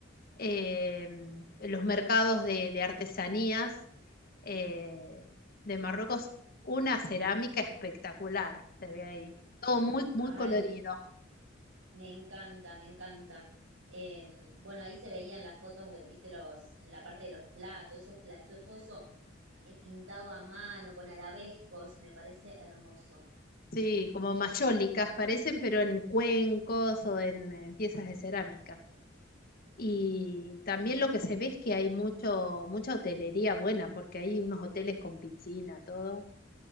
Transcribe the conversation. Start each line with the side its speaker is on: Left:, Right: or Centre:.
Left: eh, los mercados de, de artesanías eh, de Marruecos. Una cerámica espectacular, se ve ahí. Todo muy, muy
Right: Ay.
Left: colorido.
Right: Me encanta, me encanta. Eh, bueno, ahí se veían las fotos de, viste, los, en la parte de los platos, esos platos, todo eso eh, pintado a mano, con arabescos, me parece hermoso.
Left: Sí, como mayólicas parecen, pero en cuencos o en, en piezas de cerámica. Y también lo que se ve es que hay mucho, mucha hotelería buena, porque hay unos hoteles con piscina, todo,